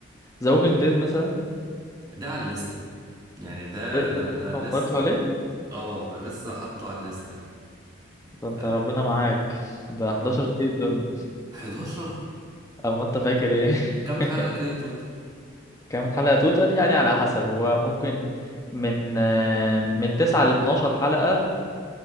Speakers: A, on the left; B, on the right.
A: ذا ووكينج ديد مثلا
B: ده على الليستة يعني ده
A: إيه؟
B: انا
A: لسه
B: انا
A: ما اتفرجتش
B: لسه
A: عليه
B: اه لسه حاطه على الليستة
A: ده
B: ف
A: انت
B: اه
A: ربنا معاك ده 11 سيزون
B: <laughs> 11
A: اما انت فاكر ايه <laughs>
B: كام حلقة كده توتال
A: كام حلقة توتال يعني على حسب هو ممكن من آه، من 9 ل 12 حلقة